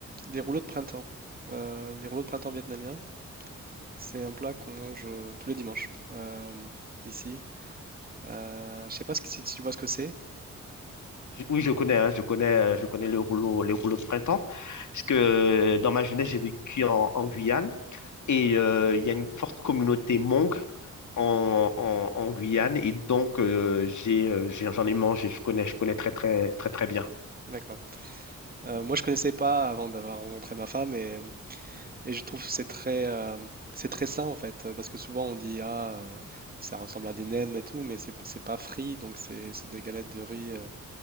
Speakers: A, on the right (about 30°); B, on the left (about 75°).
A: les rouleaux de printemps. Euh, les rouleaux de printemps vietnamiens, c'est un plat qu'on mange euh, tous les dimanches euh, ici. Euh, je sais pas ce que- si tu vois ce que c'est.
B: J- Oui, je connais, hein, je connais, euh, je connais les rouleaux, les rouleaux de printemps, parce que euh, dans ma jeunesse, j'ai vécu en, en Guyane et euh, il y a une forte communauté Hmong en, en- en Guyane et donc euh, j'ai, euh, j'ai- j'en ai mangé, je connais, je connais très très très très bien.
A: D'accord. Euh, moi, je connaissais pas avant d'avoir rencontré ma femme et, et je trouve que c'est très, euh, c'est très sain en fait, euh, parce que souvent on dit ah euh, ça ressemble à des nems et tout, mais c'est c'est pas frit, donc c'est c'est des galettes de riz. euh,